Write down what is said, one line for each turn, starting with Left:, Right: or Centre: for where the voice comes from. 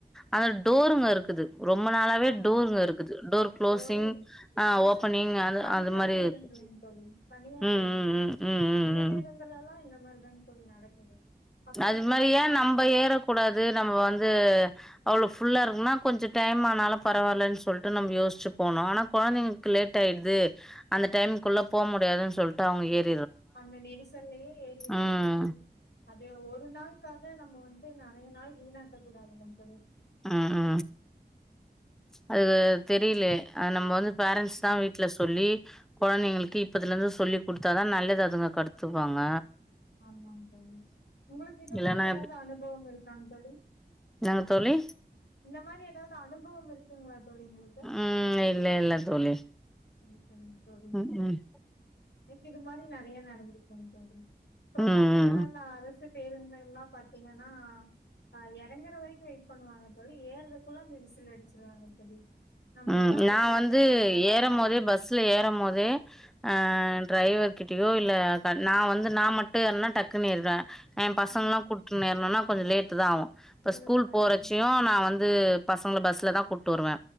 Centre: ஆனா டோருங்க
Left: ம்
Centre: இருக்குது ரொம்ப நாளாவே
Left: ஆமாங்க
Centre: டோருங்க
Left: சார்
Centre: இருக்குது டோர் க்ளோஸிங்
Left: டோரு இருக்கு
Centre: ஆ
Left: நா
Centre: ஓப்பனிங்
Left: சொல்றது
Centre: அது
Left: தனியார்
Centre: அது மாரி
Left: பேருந்துலைங்க
Centre: இருக்கு
Left: தோழி தனியார்
Centre: ம்
Left: பேருந்து
Centre: ம் ம் ம்
Left: அந்த
Centre: ம்
Left: பேருந்துலல்லா
Centre: ம்
Left: இந்த மாதிரிதாங் தோழி நடக்குது அப்புறோ
Centre: அது
Left: இந்த
Centre: மாரி
Left: ஹாரன்ஸ்
Centre: ஏ நம்ப ஏறக்கூடாது நம்ம வந்து அவ்ளவு ஃப் ஃபுல்லா இருக்குன்னா கொஞ்ச டைம் ஆனாலு பரவால்லன் சொல்ட்டு நம்ம யோஷ்சி போனோ ஆனா கொழந்தைங்களுக்கு லேட் ஆயிடுது அந்த டைமுக்குள்ள போ முடியாதுன் சொல்ட்டு அவுங்க ஏற்
Left: அந்த நெரிசல்லயே ஏறிறாங்க
Centre: ம்
Left: தோழி அது ஒரு நாள்க்காக நம்ம வன்ட்டு நெறைய நாள் வீனாக்க கூடாதுலங்
Centre: அ அ அது தெரியல அதுல நம்ம வந்து பேரண்ட்ஸ்
Left: ம்
Centre: தா வீட்டுல சொல்லி குழந்தைங்களுக்கு இப்பத்துல இருந்து சொல்லி் கொடுத்தாதா நல்லது அதுங்க கத்துவாங்க
Left: ஆமாங் தோழி உங்களுக்கு இந்த
Centre: இல்லன்னா
Left: மாரி ஏதாவது அனுபவம் இருக்காங் தோழி
Centre: என்னங் தோழி
Left: இந்த மாரி ஏதாவது அனுபவம் இருக்குங்களா தோழி உங்களுக்கு
Centre: ம் இல்ல இல்ல தோழி
Left: சரி சரி தோழி <unintelligible>
Centre: ம் ம்
Left: இது மாரி நறைய நடந்திருக்குங் தோழி அப்புறம்
Centre: ம்
Left: பாத்தீங்கன்னா
Centre: ம்
Left: நா ரெசிப்ட் பேருந்துல்லாம் பாத்தீங்கன்னா <unintelligible> இறங்கர வரைக்கு வெயிட் பண்ணுவாங்க வந்து ஏறதுக்குள்ள அந்த விசில் அடிச்சிருவாங்க தோழி நம்ம
Centre: அ
Left: வந்ட்டு அவசர
Centre: நான்
Left: அவசரமா
Centre: வந்து
Left: ஏர்ற
Centre: ஏறம்
Left: மாரிதாங்
Centre: போதே
Left: தோழி
Centre: பஸ்ல ஏறம் போதே அ டிரைவர் கிட்டியோ இல்ல நா வந்து நா மட்டு ஏறுன்னா டக்குனு ஏறுவே என் பசங்க
Left: ம்
Centre: எல்லா கூட்டட்டு ஏறணுன்னா கொஞ்ச லேட்டுதா ஆவு இப்ப
Left: மெதுவாதா
Centre: ஸ்கூல் போறச்சையு
Left: ஏறனு
Centre: நான் வந் <unintelligible> பசங்க பஸ்லதா கூட்டிட்டு வருவே